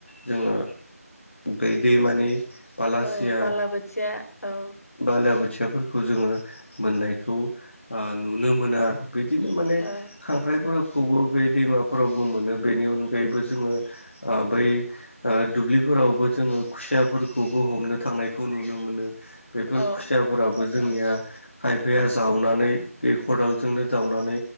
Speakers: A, on the left (about 45°); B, on the left (about 70°).
A: जोङो दै दैमानि बालासिया
B: औ बालाबोथिया औ
A: बाला आबोथियाफोरखौ जोङो मोननायखौ नुनो मोनो आरो बिदिनो माने
B: औ
A: खांख्राइफोरखौबो बे दैमाफोरावबो मोनो बेनि अनगायैबो जोङो बै दुब्लिफोरावबो जोङो खुसियाफोरखौबो हमनो थांनायखौ नुनो मोनो बेफोर
B: औ
A: खुसियाफोराबो जोंनिया खायफाया जावनानै बे खदालजोंनो जावनानै